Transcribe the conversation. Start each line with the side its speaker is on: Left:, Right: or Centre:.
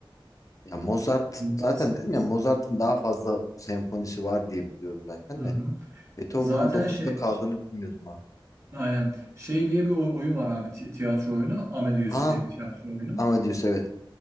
Left: Ya Mozart
Right: Mozart.
Left: zaten dedim ya Mozart'ın daha fazla senfonisi var diye biliyorum zaten
Right: Hı hı.
Left: de. Beethoven'ın
Right: Zaten
Left: dokuzda
Right: şey
Left: kaldığını bilmiyordum ha.
Right: aynen şey diye bir oy- oyun var abi ti- tiyatro oyunu Amadeus
Left: Aa,
Right: diye bir tiyatro oyunu.
Left: Amadeus evet.